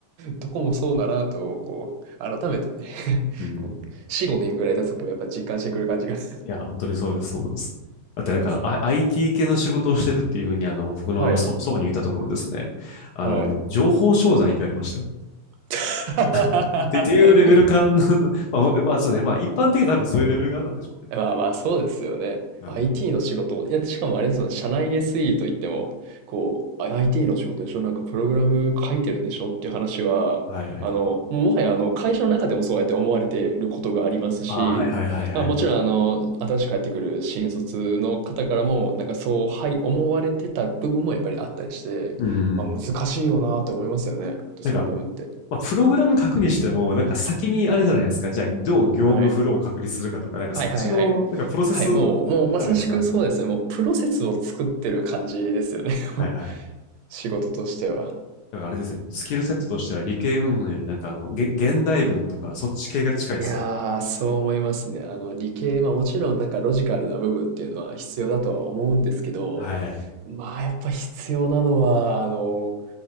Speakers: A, on the right; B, on the left.
A: どこもそうだなと、こう、改めてね <laughs>
B: うん。
A: こう、4、5年ぐらい経つと、こう、やっぱ実感してくる感じが <laughs>
B: いや、本当にそうです、そうです。だってなんか、
A: ありますね。
B: I、t 系の仕事をしてるっていうふうに、あの、僕のあの、
A: はい。
B: そ祖母に言ったところですね、あの、
A: はい。
B: 情報商材って言われましたよ。
A: <laughs>
B: <laughs> ってっていうレベル感の、<laughs> まあ、まあ、そうですね、まあ、一般的に多分そういうレベル感なんでしょうね。
A: まあまあ、そうですよね。
B: はい。
A: IT の仕事。いや、しかもあれですもん、社内 SE といっても、こう、あ IT の仕事でしょなんかプログラム書いてるんでしょっていう話は、
B: はいはい。
A: あの、もうもはやあの、会社の中でもそうやって思われてることがありますし、
B: あ、はいはいはいはい。
A: まあ、もちろんあの、新しく帰ってくる新卒の方からも、なんかそう、はい、思われてた部分もやっぱりあったりして、
B: うん。
A: まあ難しいよなと思いますよね。本当そういう部分って。
B: なんか、まあ、プログラム書くにしても、なんか先にあれじゃないですか、じゃあ、どう業務フローを確立するかとか、
A: はい。
B: なんかそっちの、
A: はいはいはい。
B: なんかプロセス
A: はい、もう、もうまさしくそうですね。
B: じゃないですか。
A: もうプロセスを作ってる感じですよね。<laughs>
B: はいはい。
A: もう仕事としては。
B: だからあれですね、スキルセットとしては理系云々よりなんかあの、げ現代文とかそっち系が近いですよ。
A: いやー、そう思いますね。あの、理系、まあもちろんなんかロジカルな部分っていうのは必要だとは思うんですけど、
B: はい。
A: まあやっぱ必要なのは、あの、